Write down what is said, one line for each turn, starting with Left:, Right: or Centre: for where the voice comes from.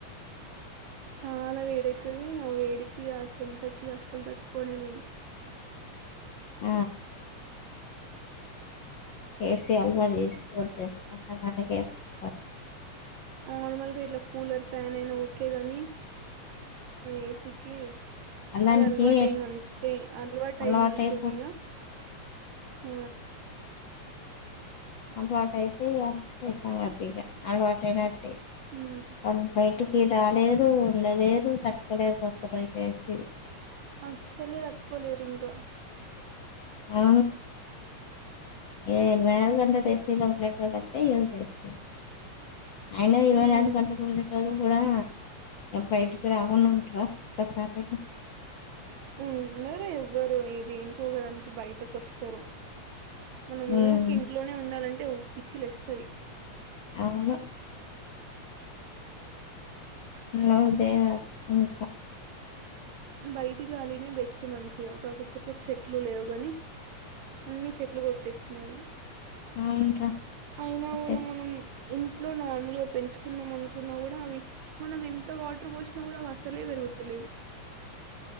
Right: చాలా వేడి అయితాది ఆ వేడికి చెమటకి అసలు తట్టుకోలేనేమో
Left: ఆ ఏసీ అలవాటు చేసుకొవద్దండి అయినా ఎందుక మనక
Right: నార్మల్గా ఇట్లా కూలర్ ఫ్యాన్ అయినా ఓకే గాని ఏసీకి
Left: దానికి
Right: అద అల్వా టైన్ అంతే అల్వా టైన్
Left: అలవాటు
Right: అన్కోం
Left: అయిపోతుంది
Right: ఈగ హ
Left: అలవాటతేస అతగా అలవాటనా పనీ
Right: ఉమ్
Left: బటి రాలేరు ఉండలేరు తట్టుకోలేకపోతారు చేసి
Right: అసలే అక్పోవలిరకా
Left: అ ఏ వేరుగంట దేేశీల ఉన్నట్టతే యూజతు అయిన ఇరవై
Right: ఉమ్
Left: నాలుగు గంటలు ఉండటదు కూడా బయటికి రాకుం ఉంటరా ఒసారియినా
Right: ఉన్నారా ఎవ్వరు ఏ దేనుకోగడాానికి బయటకు వస్తారు మనం
Left: ఉమ్,
Right: ఊరికి ఇంట్లోనే ఉండాలంటే వు పిచ్చిలేస్తాది
Left: అవునా అవుదే ఉకాా
Right: బయటి గాలినె బెస్ట్ మంచిగా కాకపోతే చెట్లు లేవు గాని అన్ని చెట్లు కొట్టేస్తున్నారు
Left: అవును
Right: అయినా కూడా
Left: ే
Right: మనం ఇంట్లో నార్మల్ గా పెంచుకుందాం అనుకున్నా కూడా అవి మనం ఎంత వాటర్ పోసినా కూడా అసలే పెరుగుతలేవు